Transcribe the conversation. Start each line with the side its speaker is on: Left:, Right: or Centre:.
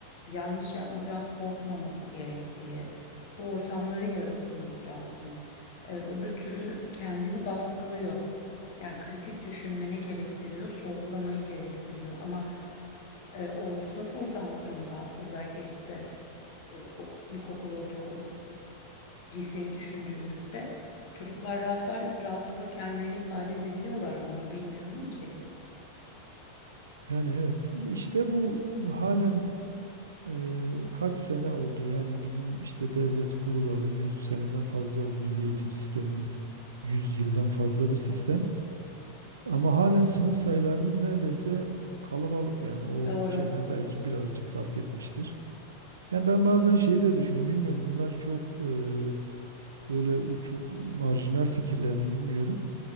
Left: yanlış yapmaktan korkmaması gerektiği, bu ortamların yaratılması lazım. Ee, öbür türlü kendini baskılıyor. Yani kritik düşünmene gerektiriyor, sorgulamayı gerektiriyor. Ama e, or- sınıf ortamlarında özellikle işte e, o ilkokul, ortaokul liseyi düşündüğümüzde çocuklar rahatlar rahatlıkla kendilerini ifade edebiliyorlar mı onu bilmiyorum ki.
Right: Yani evet işte bu halen Eee, kaç sene oldu? Yani bizim işte devlet kurulalı 100 seneden fazla oldu. Milli eğitim sistemimiz 100 yıldan fazla bir sistem. Ama halen sınıf sayılarımız neredeyse kalabalık yani o
Left: Doğru.
Right: şeyden belki birazcık fark etmiştir. Yani ben bazen şeyi de düşünüyorum bilmiyorum bunlar çok eee, böyle uçuk marjinal fikirler mi bilmiyorum.